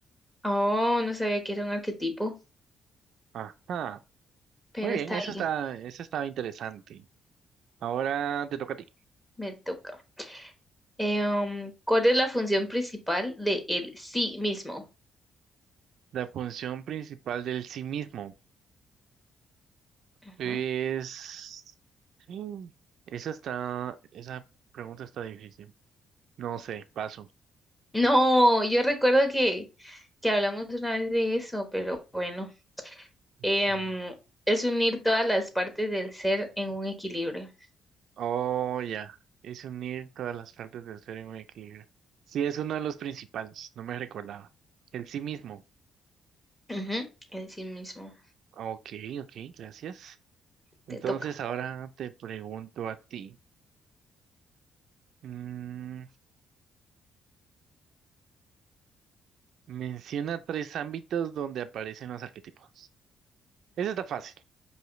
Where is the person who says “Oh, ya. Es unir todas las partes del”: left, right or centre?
Right